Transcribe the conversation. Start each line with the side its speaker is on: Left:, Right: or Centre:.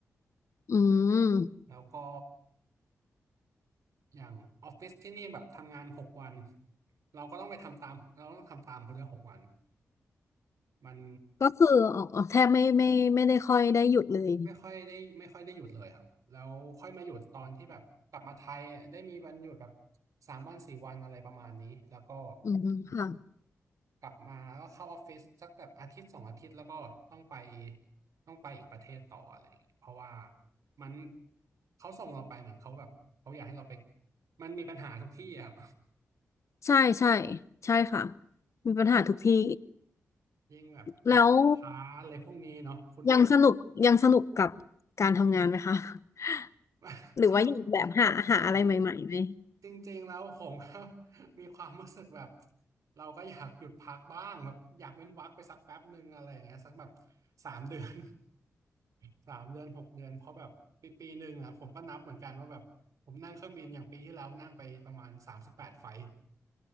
Left: อืม
Right: แล้วก็ อย่างออฟฟิศที่นี่แบบทำงานหกวันเราก็ต้องไปทำตามเราก็ต้องทำตามเขาเลยหกวันมัน
Left: ก็คืออ๋อแทบไม่ไม่ไม่ได้ค่อยได้หยุดเลย
Right: ไม่ค่อยได้ไม่ค่อยได้หยุดเลยครับแล้วค่อยมาหยุดตอนที่แบบกลับมาไทยอะได้มีวันหยุดแบบสามวันสี่วันอะไรประมาณนี้แล้วก็
Left: อืมค่ะ
Right: กลับมาแล้วก็เข้าออฟฟิศสักแบบอาทิตย์สองอาทิตย์แล้วก็ต้องไปต้องไปอีกประเทศต่ออะไรอย่างเงี้ยเพราะว่ามันเขาส่งเราไปเหมือนเขาแบบเขาอยากให้เราไปมันมีปัญหาทุกที่อะครับ
Left: ใช่ใช่ใช่ค่ะมีปัญหาทุกที่
Right: ยิ่งแบบกับลูกค้าอะไรพวกนี้เนาะคุณ
Left: แล้ว ยังสนุกยังสนุกกับการทำงานไหมคะ <laughs>
Right: <laughs>
Left: หรือว่าอยากแบบหาหาอะไรใหม่ๆไหม
Right: สนุกสนุกจริงๆแล้วผมก็ <laughs> มีความรู้สึกแบบเราก็อยากหยุดพักบ้างแบบอยากเว้นวรรคไปสักแป๊บหนึ่งอะไรอย่างเงี้ยสักแบบสามเดือน <laughs> สามเดือนหกเดือนเพราะแบบปีปีหนึ่งอะผมก็นับเหมือนกันว่าแบบผมนั่งเครื่องบินอย่างปีที่แล้วนั่งไปประมาณสามสิบแปดไฟล์